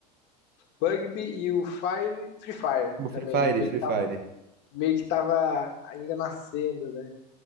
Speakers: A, on the left; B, on the right.
A: Pugby e o Fire, Free Fire
B: O
A: também.
B: Free Fire,
A: Meio
B: Free
A: que tava,
B: Fire.
A: meio que tava ainda nascendo, né?